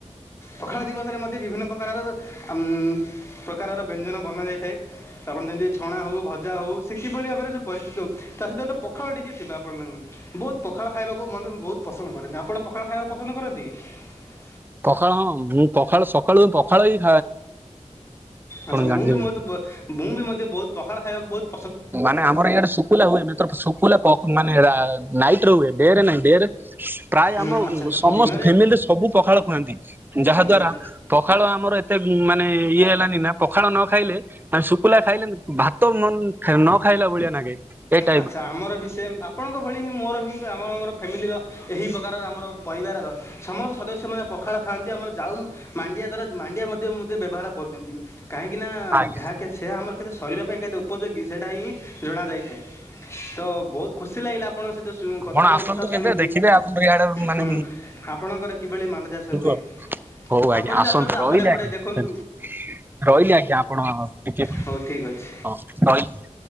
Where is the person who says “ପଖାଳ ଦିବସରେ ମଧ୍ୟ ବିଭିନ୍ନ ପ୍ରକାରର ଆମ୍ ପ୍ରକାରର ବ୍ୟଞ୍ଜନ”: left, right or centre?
Left